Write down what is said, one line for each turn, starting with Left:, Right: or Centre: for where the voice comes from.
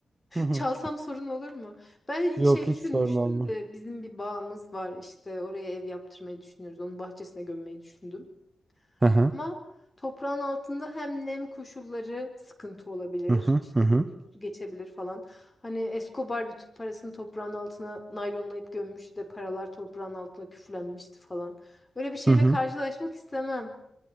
Right: Hı hı.
Left: Çalsam sorun olur mu? Ben ilk
Right: Yok
Left: şey düşünmüştüm
Right: hiç sorun olmaz.
Left: de bizim bir bağımız var işte oraya ev yaptırmayı düşünüyoruz. Onun bahçesine gömmeyi düşündüm.
Right: Hı hı.
Left: Ama toprağın altında hem nem koşulları sıkıntı olabilir.
Right: Hı hı.
Left: İşte
Right: Hı hı.
Left: ne bileyim su geçebilir falan. Hani Escobar bütün parasını toprağın altına naylonlayıp gömmüştü de paralar toprağın altına küflenmişti falan. Öyle bir şeyle
Right: Hı hı.
Left: karşılaşmak istemem.